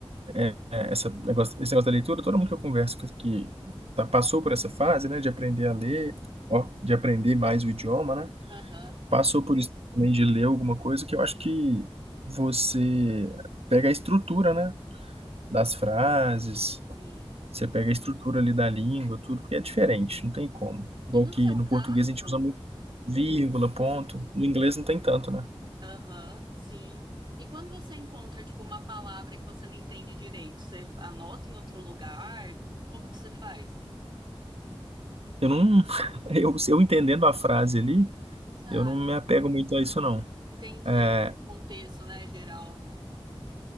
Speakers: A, on the right (about 75°); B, on the right (about 50°).
A: é, é, essa negócio, esse negócio da leitura. Todo mundo que eu converso que, que tá- passou por essa fase, né, de aprender a ler, ó, de aprender mais o idioma, né?
B: Aham,
A: Passou por isso também de ler alguma coisa que eu acho que você pega a estrutura, né, das frases,
B: sim.
A: você pega a estrutura ali da língua, tudo, porque é diferente, não tem como. Igual
B: E no
A: que
B: seu
A: no
B: caso?
A: português a gente usa muito vírgula, ponto, no inglês não tem tanto, né?
B: Aham, sim. E quando você encontra, tipo, uma palavra que você não entende direito, você anota em outro lugar? Como que você faz?
A: Eu não, <laughs> eu, eu entendendo a frase ali,
B: Ah,
A: eu não me apego muito a isso, não.
B: entendi.
A: É,
B: Contexto, né, geral.